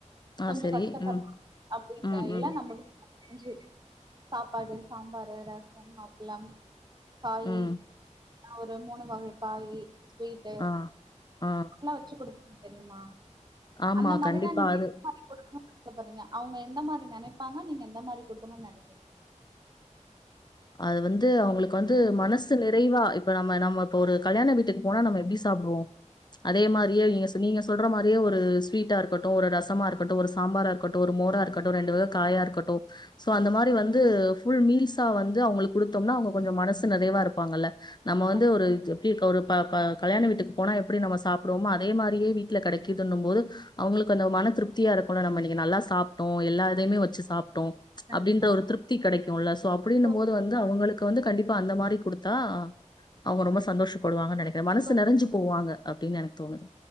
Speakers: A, on the left; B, on the right.
A: ஆ
B: கொஞ்சம்
A: சரி.
B: கஷ்டப்படுறாங்க
A: ம்.
B: அப்படிங்க
A: ம்,
B: எல்லாம்
A: ம்,
B: நம்ம செஞ்சு சாப்பாடு சாம்பாரு ரசம் அப்பளம் காயி
A: ம்.
B: ஒரு மூணு வகை காயீ ஸ்வீட்டு
A: ஆ, ஆ.
B: நல்லா வச்சு குடுக்கு தெரியுமா
A: ஆமா,
B: அந்த மாரின
A: கண்டிப்பா.
B: <unintelligible>
A: அது
B: பாறீங்க அவங்க எந்த மாரி நினைப்பாங்க நீங்க எந்த மாரி குடுக்கணும்னு நினைப்பீங்க
A: அது வந்து அவங்களுக்கு வந்து மனசு நிறைவா இப்ப நம்ம நம்ம இப்ப ஒரு கல்யாண வீட்டுக்கு போனா நம்ம எப்படி சாப்படுவோ அதே மாரியே நீங்க நீங்க சொல்ற மாரியே ஒரு ஸ்வீட்டாக இருக்கட்டு ஒரு ரசமா இருக்கட்டு ஒரு சாம்பாராக இருக்கட்டு ஒரு மோரா இருக்கட்டு ரெண்டு வக காயா இருக்கட்டு சோ அந்த மாரி வந்து ஃபுல் மீல்ஸா வந்து அவங்களுக்கு குடுத்தோம்னா அவங்க கொஞ்சம் மனசு நிறையவா இருப்பாங்கல்ல நம்ம வந்து
B: கண்டிப்பா
A: ஒரு எப்படி இருக்க ஒரு கல்யாண வீட்டுக்கு போனா எப்படி நம்ம சாப்படுவோமோ அதே மாரியே வீட்டுல கிடைக்குதுன்னும் போது அவங்களுக்கு அந்த மன திருப்திய இருக்கும் ல நம்ம இன்னைக்கு நல்லா சாப்ட்டோம் எல்லா இதையும் வச்சு சாப் டோம்
B: கண்டிப்பா
A: அப்படின்ற ஒரு
B: தோழி
A: திருப்தி கிடைக்குல்ல சோ அப்படின்னு
B: தோழி
A: போது வந்து அவங்களுக்கு வந்து கண்டிப்பா அந்த மாரி கொடுத்தா அவங்க ரொம்ப சந்தோஷப்படுவாங்கன்னு நினைக்கிறே மனசு
B: தோழி
A: நிறஞ்சு போவாங்க அப்படின்னு எனக்கு தோணுது